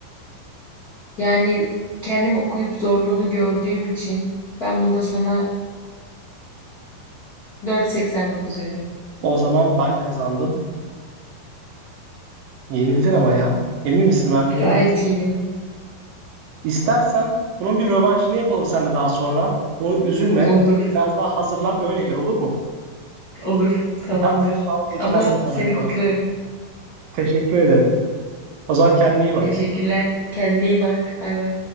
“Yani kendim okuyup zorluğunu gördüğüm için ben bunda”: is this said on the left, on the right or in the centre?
Left